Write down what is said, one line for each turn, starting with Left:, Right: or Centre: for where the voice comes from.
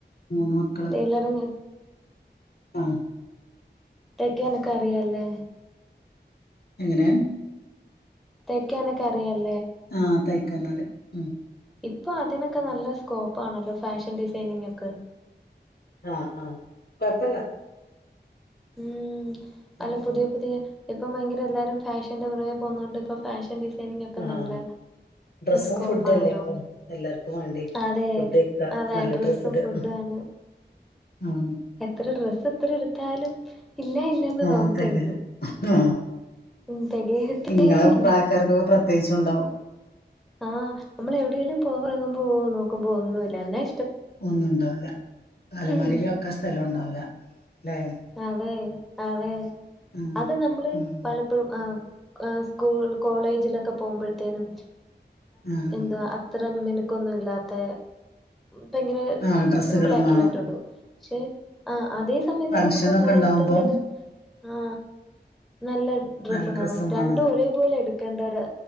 Left: മൂന്ന് മക്കള്
Centre: ടൈലറിങ്
Left: ആ
Centre: തേക്കനക്ക അറിയല്ലേ
Left: എങ്ങനെ
Centre: തെക്കാനൊക്കെ അറിയാലോ
Left: ആ തയ്ക്കാനരെ ഉം
Centre: ഇപ്പൊ അതിനൊക്കെ നല്ല സ്കോപ്പ്ാണല്ലോ ഫാഷൻ ഡിസൈനിങ് ഒക്കെ
Left: ആ ആ കൊയ്പ്പല്ല
Centre: ഉം
Left: അങ്ങനെ
Centre: അല്ല പുതിയ
Left: പോണ്ട്
Centre: പുതിയ ഇപ്പം ഭയങ്കര എല്ലാരും ഫാഷന്റെ പുറകേ പോന്നൊണ്ട് ഇപ്പൊ ഫാഷൻ ഡിസൈനി ഒക്കെ
Left: ആഹ്
Centre: നല്ല
Left: ഡ്രസ്സും
Centre: സ്കോപ്പ
Left: ഫുഡും
Centre: ആണല്ലോ
Left: അല്ലേ ഇപ്പം എല്ലാവർക്കും വേണ്ടി
Centre: അതെ
Left: ഫുഡ് കഴിക്കുക
Centre: അത
Left: നല്ല
Centre: ഡ്രസ്സും
Left: ഡ്രസ് ഇടുക
Centre: ഫുഡഡുംണ്
Left: ഉം.
Centre: എത്ര ഡ്രസ് എത്ര എടുത്താലും ഇല്ല ഇല്ലന്ന്
Left: ആ
Centre: തോന്നത്തേ
Left: തകല്
Centre: ഉള്ളൂ
Left: ആ
Centre: ഉം തികയത്തേ
Left: ഇങ്ങളെ
Centre: ഇല്ല
Left: പ്രായക്കാർക്കൊക്കെ പ്രത്കേച്ചുണ്ടാവും
Centre: ആ നമ്മൾ എവിടെയെലും പോവറങ്ങുമ്പോ നോക്കുമ്പോ ഒന്നുല്ല ല്ലേ
Left: ഒന്നും ഉണ്ടാവില്ല അലമാരയിലൊക്കെ
Centre: ഉം
Left: സ്ഥലം ഉണ്ടാവില്ല അല്ലേ
Centre: അതെ അതെ
Left: ഉം.
Centre: അത് നമ്മള്
Left: ഉം.
Centre: പലപ്പോഴും ആ ആ സ്കൂൾ കോളേജിലൊക്കെ പോമ്പോഴത്തേനും
Left: ഉം.
Centre: എന്തവാ അത്ര മിന കൊന്നുല്ലാത്ത ഭയങ്കര
Left: ആ ഡ്രസ്സുകളും
Centre: സിംമ്പിളട്ടൊള്ളായിട്ടൊള്ള
Left: വേണം
Centre: ഇട്ടോണ്ട് പോ പക്ഷെ ആ അതേ സമയത്ത്
Left: ഫങ്ഷൻ
Centre: നമ
Left: ഒക്കെ
Centre: ഓറോത്തര്ടത്
Left: ഉണ്ടാവുമ്പം
Centre: ആ നല്ല
Left: നല്ല ഡ്രസ്സും
Centre: വേണം രണ്ടും
Left: വാണം.
Centre: ഒരേപോലെ എടുക്കേണ്ട ഒരു